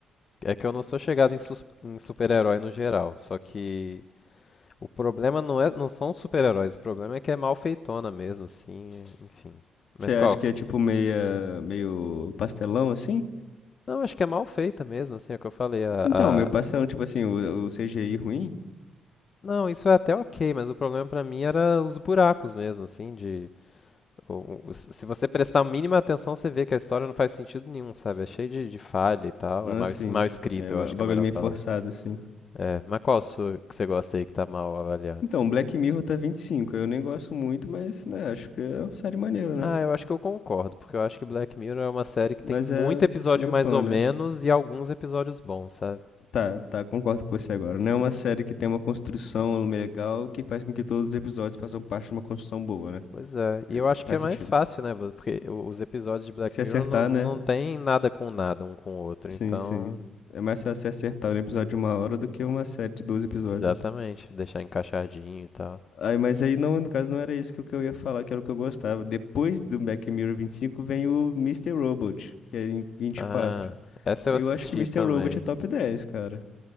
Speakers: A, on the left; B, on the left.
A: É que eu não sou chegado em, sus- em super-herói no geral, só que o problema não é, não são os super-heróis, o problema é que é mal feitona mesmo, assim, enfim. Mas
B: você
A: qual
B: acha
A: que...
B: que é tipo meia, meio pastelão assim?
A: Não, acho que é mal feita mesmo, assim, é o que eu falei, a,
B: Então, meio
A: a-
B: pastelão, tipo assim, o, o CGI ruim?
A: Não, isso é até ok, mas o problema pra mim era os buracos mesmo, assim, de... o- o- se você prestar a mínima atenção, você vê que a história não faz sentido nenhum, sabe? É cheio de, de falha e tal,
B: Ah,
A: é mal,
B: sim.
A: es- mal escrito,
B: é ba-
A: eu acho
B: bagulho
A: que é a melhor
B: meio
A: palavra.
B: forçado assim.
A: É, mas qual a sua que você gosta aí que tá mal avaliada?
B: Então, Black Mirror tá 25. Eu nem gosto muito, mas, né, acho que é uma série maneira, né?
A: Ah, eu acho que eu concordo, porque eu acho que Black Mirror é uma série que
B: Mas
A: tem muito
B: é
A: episódio
B: meio
A: mais
B: pan,
A: ou
B: né?
A: menos e alguns episódios bons, sabe?
B: Tá, tá, concordo com você agora. Não é uma série que tem uma construção legal que faz com que todos os episódios façam parte de uma construção boa, né?
A: Pois é, e
B: Eu-
A: eu acho
B: Faz
A: que é mais
B: sentido.
A: fácil, né? vo- Porque o- os episódios de Black
B: Se
A: Mirror
B: acertar,
A: não, não
B: né?
A: tem nada com nada um com o outro,
B: Sim,
A: então.
B: sim. É mais fácil se acertar um episódio de uma hora do que uma série de 12 episódios,
A: Exatamente,
B: né?
A: deixar encaixadinho e tal.
B: Aí, mas aí, não, no caso, não era isso que eu que eu ia falar, que era o que eu gostava. Depois do Black Mirror 25 vem o Mister Robot, que é em 24.
A: Ah, essa
B: Eu
A: eu assisti
B: acho que Mister
A: também.
B: Robot é top dez cara.